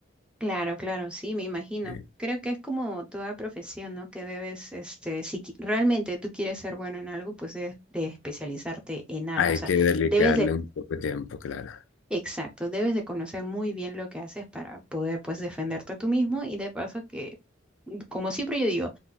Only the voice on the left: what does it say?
Sí.
Hay
que dedicarle
un poco de tiempo, claro.